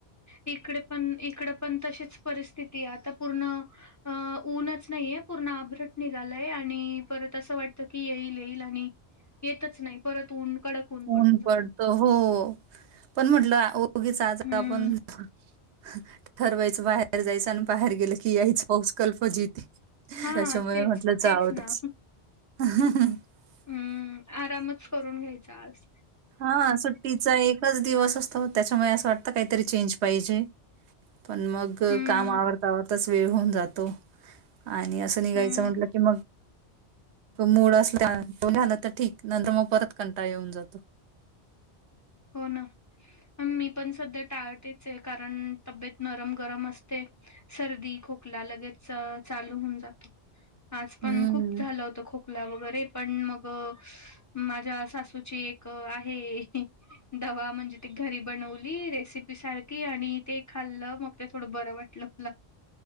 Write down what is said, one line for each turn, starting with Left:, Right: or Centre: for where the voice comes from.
Left: इकडे पण इकड पण तशीच परिस्थिती आहे आता पूर्ण अं ऊनच नाहीय पूर्ण आभ्रट निघालाय आणि परत असं वाटतं की येईल येईल आणि येतच नाही परत ऊन कडक पडून
Right: ऊन
Left: जातं
Right: पडतो हो पण म्हटलं ओगीच आज
Left: हम्म
Right: आपण ह ठरवायचं बाहेर जायचं आणि बाहेर गेलं की यायच पाऊस कल फजिती त्याच्यामुळे
Left: हा तेच
Right: म्हंटलं
Left: तेच
Right: जाव
Left: ना
Right: <unintelligible>
Left: हम्म आरामच करून घ्यायचा आज
Right: हा सुट्टीचा एकच दिवस असतो त्याच्यामुळे असं वाटतं काहीतरी चेंज पाहिजे पण मग अ
Left: हम्म
Right: काम आवरता आवरताच वेळ होऊन जातो आणि असं निघायचं
Left: हम्म
Right: म्हटलं की मग मूड अस झालं तर ठीक नंतर मग परत कंटाळ येऊन जातो
Left: होन मी पण सध्या टाळतेच आहे कारण तब्येत नरम गरम असते सर्दी खोकला लगेच अ चालू होऊन जातो आज पण
Right: हम्म
Left: खूप झालं होत खोक ुला वगैरे पण मग माझ्या सासूची एक आहे. दवा म्हणजे ती घरी बनवली रेसिपी सारखी आणि ते खाल्लं मग ते थोडं बरं वाटत. ला.